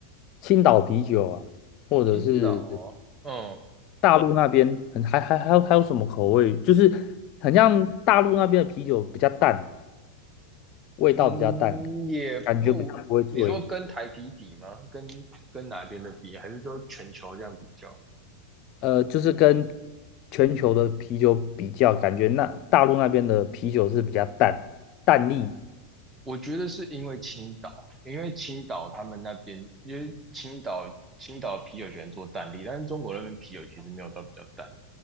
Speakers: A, on the left; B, on the right.
A: 青岛啤酒啊，或者是
B: 青岛哦，嗯
A: 大陆那边很还还还有还有什么口味，就是很像大陆那边的啤酒比较淡，味道比较淡，
B: 嗯，也不，
A: 感觉比较不会醉。
B: 你说跟台啤比吗？跟跟哪边的比，还是说全球这样比较？
A: 呃，就是跟全球的啤酒比较，感觉那大陆那边的啤酒是比较淡，淡丽
B: 我觉得是因为青岛，因为青岛他们那边，因为青岛青岛啤酒喜欢做淡力，但是中国那边啤酒其实没有到比较淡。